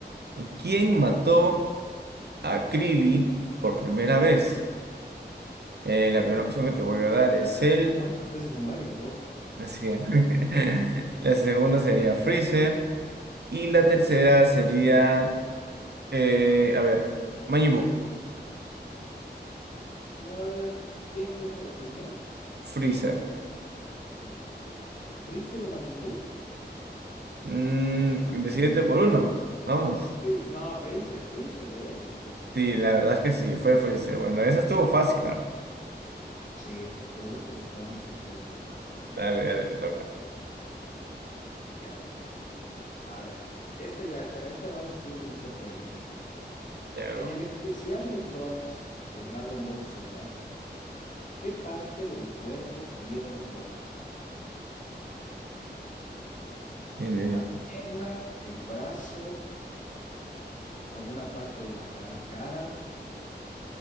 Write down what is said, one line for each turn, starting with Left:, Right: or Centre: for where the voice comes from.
Right: ¿Quién mató a Krillin por primera vez? Eh, la
Left: <laughs>
Right: primera opción que te voy a dar es él.
Left: ¿Cuántas veces muere el pobre?
Right: Así es. <laughs> La segunda sería Freezer. Y la tercera sería, eh, a ver, Majin Buu,
Left: Ma- ¿Quién, quién era el primero?
Right: Freezer.
Left: ¿El Freezer o Majin Buu?
Right: Mm, decídete
Left: Eh,
Right: por uno. Vamos.
Left: Free- no, Freezer, Freezer, de hecho es Freezer.
Right: Sí, la verdad es que sí, fue Freezer. Bueno, esa estuvo fácil, ¿ah?
Left: Sí, tus preguntas están súper, súper fácil.
Right: Dale, dale, te toca.
Left: Ya, a ver, esta ya está, esta vamos a subirle un poco de nivel.
Right: Ya, ¿no?
Left: En el especial de Trunks de Dragon Ball Z, ¿qué parte del cuerpo pierde Gohan?
Right: En el-
Left: ¿La pierna, el brazo, alguna parte de la ca- cara?